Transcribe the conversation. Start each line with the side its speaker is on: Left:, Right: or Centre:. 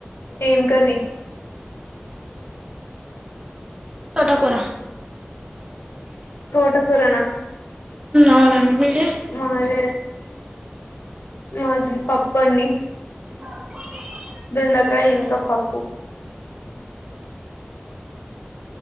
Left: ఏం కర్రీ
Right: తోట కూర
Left: తోట ఫరనా
Right: అవునండి మీది
Left: మాద మాది పప్పండి
Right: ఓే
Left: దుండకాయ ఇంకా పప్పు